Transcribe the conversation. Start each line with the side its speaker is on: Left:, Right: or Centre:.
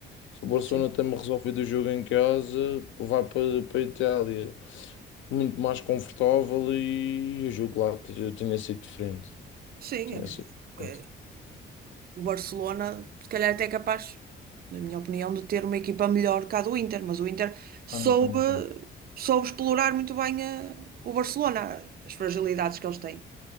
Left: Se o Barcelona
Right: Sim,
Left: tem resolvido o jogo em casa, vai para, para a Itália muito mais confortável e o jogo lá t- tinha sido diferente.
Right: sim,
Left: Tinha
Right: é verdade.
Left: sido diferente.
Right: Porque O Barcelona, se calhar, até é capaz, na minha opinião, de ter uma equipa melhor que a do Inter, mas o Inter soube,
Left: Ah, então, então.
Right: soube explorar muito bem eh, o Barcelona, as fragilidades que eles têm.